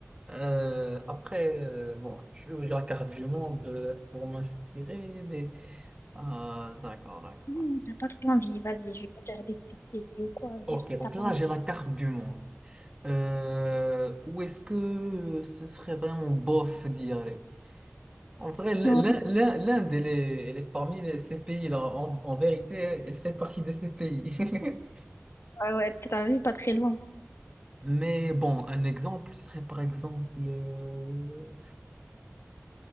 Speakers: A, on the right; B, on the left.
A: Euh, après, euh, bon, je vais ouvrir la carte du monde euh, pour m'inspirer, mais ah, d'accord, d'accord.
B: oui, où t'as pas trop envie. Vas-y, je vais pas dire détester ou quoi.
A: Ok,
B: Juste,
A: donc
B: t'as pas
A: là,
B: envie.
A: j'ai la carte du monde. Euh, où est-ce que ce serait vraiment bof d'y aller? En vrai, l-
B: Ouais,
A: l'Inde, elle est, elle est parmi les, ces pays-là. En, en vérité, elle fait partie de ces pays. <laughs>
B: ouais, ouais, t'as vu, pas très loin.
A: Mais bon, un exemple serait par exemple... euh,